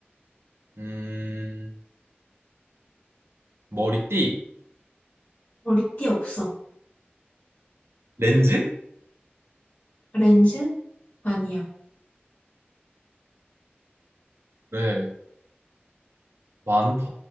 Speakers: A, on the right; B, on the left.
A: 음, 머리띠.
B: 머리띠 없어.
A: 렌즈?
B: 렌즈? 아니야.
A: 그래, 많다.